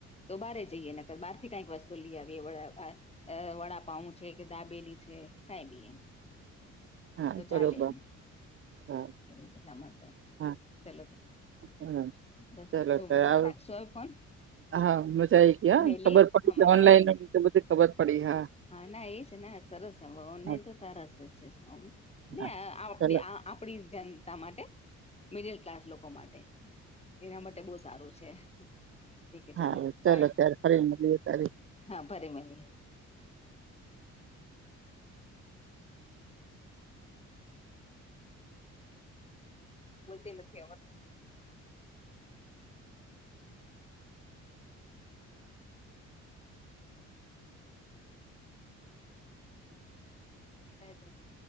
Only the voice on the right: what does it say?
હા
બરોબર.
હા
હા હા
ચાલો
તો આવ
હા મજા આઈ ગયા
ખબર પડી
ઓનલાઈન
બધી ખબર પડી હા.
હા
હા
ચાલો
હાવે
ચાલો
ત્યારે ફરી મળએ તારી